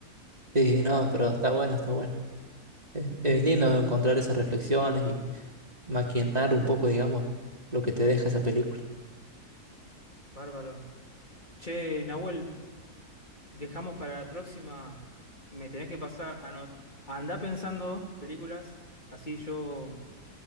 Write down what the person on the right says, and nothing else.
Sí, no, pero está bueno, está bueno. Es, es lindo encontrar esas reflexiones y maquinar un poco, digamos, lo que te deja esa película.